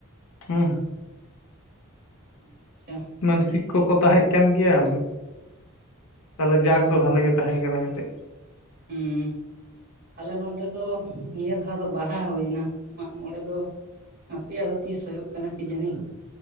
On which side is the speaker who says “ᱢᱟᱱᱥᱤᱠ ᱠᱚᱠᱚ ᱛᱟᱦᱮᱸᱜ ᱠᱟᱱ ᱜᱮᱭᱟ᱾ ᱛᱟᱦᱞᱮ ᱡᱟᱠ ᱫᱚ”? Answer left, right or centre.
Left